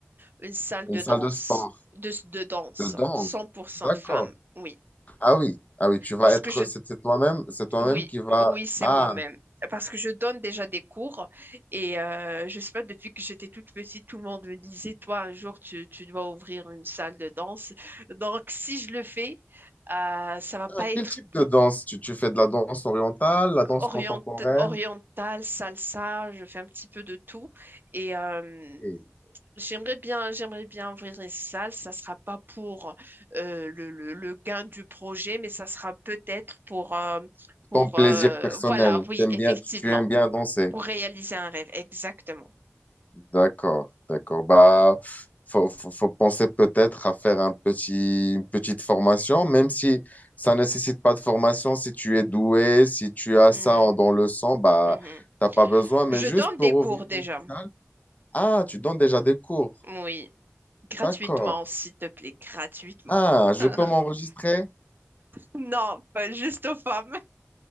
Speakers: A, on the right; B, on the left.
A: une salle
B: Une
A: de
B: salle
A: danse,
B: de sport,
A: de, de danse,
B: de danse.
A: cent pour cent
B: D'accord.
A: femme. Oui.
B: Ah oui, ah oui, tu vas
A: Parce
B: être,
A: que je
B: c'est c'est toi-même, c'est toi-même
A: Oui,
B: qui va.
A: oui, c'est
B: Ah,
A: moi-même. Parce que je donne déjà des cours et euh, je sais pas, depuis que j'étais toute petite, tout le monde me disait, toi, un jour, tu, tu dois ouvrir une salle de danse. Donc, si je le fais, euh, ça va pas
B: Ah,
A: être
B: quel type
A: pour
B: de danse? Tu, tu fais de la danse orientale, la danse
A: Orient,
B: contemporaine?
A: oriental, salsa, je fais un petit peu de tout. Et euh,
B: Ok.
A: j'aimerais bien, j'aimerais bien ouvrir une salle. Ça sera pas pour euh, le, le- le gain du projet, mais ça sera peut-être pour, euh, pour
B: Ton plaisir
A: euh,
B: personnel,
A: voilà, oui,
B: t'aimes
A: effectivement,
B: bien, tu aimes bien danser.
A: pour réaliser un rêve, exactement.
B: D'accord, d'accord. Bah, faut, faut, faut penser peut-être à faire un petit, une petite formation, même si ça ne nécessite pas de formation. Si tu es doué, si tu as ça
A: Mhm,
B: en- dans le sang, bah,
A: mhm.
B: t'as pas besoin. Mais
A: Je
B: juste
A: donne
B: pour
A: des cours
B: ouvrir
A: déjà,
B: une salle. Ah, tu donnes déjà des cours.
A: oui, gratuitement,
B: D'accord.
A: s'il te plaît, gratuitement.
B: Ah,
A: <laughs>
B: je peux m'enregistrer?
A: Non, pas juste aux femmes.